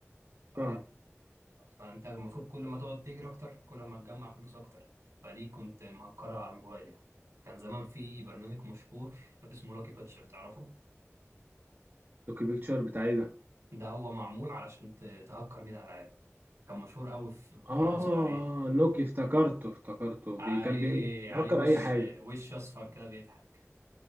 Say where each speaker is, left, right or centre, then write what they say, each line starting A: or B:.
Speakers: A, on the right (about 75°); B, on the right (about 45°).
A: ف...
B: فاهم
A: فانت المفروض كل ما تقعد تجري اكتر كل ما تجمع فلوس اكتر فدي كنت مهكرها على الموبايل يعني كان زمان في برنامج مشهور اسمه لاكي باتشر تعرفه
B: لوكي بيكتشر بتاعي ده
A: ده هو معمول علشان ت- تهكر بيه الالعاب كان مشهور قوي في...
B: اه
A: واحنا صغيرين
B: لوكي افتكرته افتكرته
A: عليه
B: بي كان بي- بيهكر
A: عليه وش
B: اي حاجه
A: وش اصفر كده بيضحك